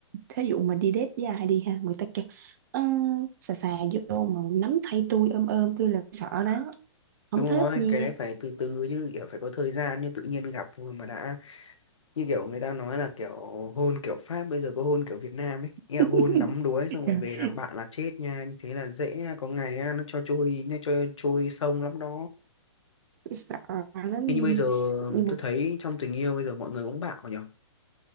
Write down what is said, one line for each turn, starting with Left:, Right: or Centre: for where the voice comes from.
Right: thí dụ mà đi date dài đi ha người ta kêu "Ơ, xà xà vô mà nắm tay tôi ôm ôm tôi là sợ đó không
Left: đúng
Right: thích
Left: rồi
Right: nha
Left: cái đấy phải từ từ chứ kiểu phải có thời gian như tự nhiên gặp thôi mà đã như kiểu người ta nói là kiểu hôn kiểu Pháp bây giờ có hôn kiểu Việt Nam ấy nghĩa
Right: <laughs>
Left: là hôn đắm đuối xong
Right: Trời,
Left: rồi về làm bạn là chết nha như thế là dễ nha. có ngày á, nó cho trôi nó cho trôi sông lắm đó
Right: tôi sợ lắm
Left: Thế như bây giờ
Right: nhưng
Left: tôi
Right: mà
Left: thấy trong tình yêu bây giờ mọi người cũng bảo nhỉ